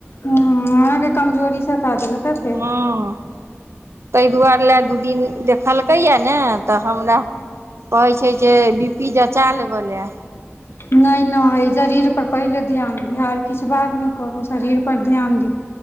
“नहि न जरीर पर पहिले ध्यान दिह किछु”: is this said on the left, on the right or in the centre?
Left